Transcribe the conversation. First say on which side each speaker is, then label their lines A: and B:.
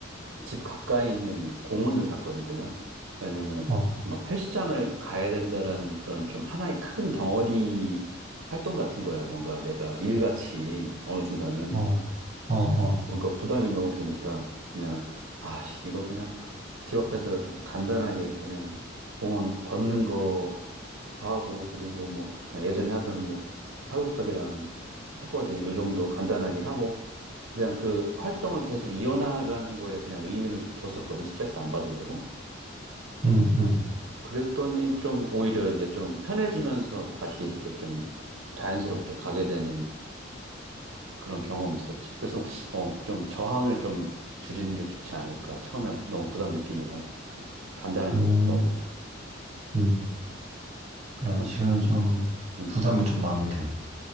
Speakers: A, on the right (about 85°); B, on the right (about 35°).
A: 집 가까이 있는 공원을 갔거든, 그냥. 왜냐면
B: 어,
A: 막 헬스장을 가야 된다라는 그런 좀 하나의 큰 덩어리 활동 같은 거야. 뭔가 내가 일같이 어느 순간은.
B: 어, 어, 어.
A: 그러니까 부담이 너무 되니까 그냥 아 씨, 이거 그냥 집 앞에서 좀 간단하게 그냥 공원 걷는 거부터 하고 그리고 뭐 그냥 예전에 하던 뭐 팔굽혀펴기랑 턱걸이 요 정도 간단하게 하고 그냥 그 활동을 계속 이어나가는 거에 그냥 의미를 뒀었거든 스트레스 안 받으려고
B: 음, 음,
A: 그랬더니 좀 오히려 이제 좀 편해지면서 다시 이렇게 좀 자연스럽게 가게 되는 그런 경험이 있었지. 그래서 어, 좀 저항을 좀 줄이는 게 좋지 않을까. 처음에 막 너무 부담 느끼면 그냥 간단한
B: 음,
A: 거부터
B: 음.
A: 그렇게
B: 아,
A: 하면
B: 지금 좀
A: 음, 음.
B: 부담이 좀 많이 돼.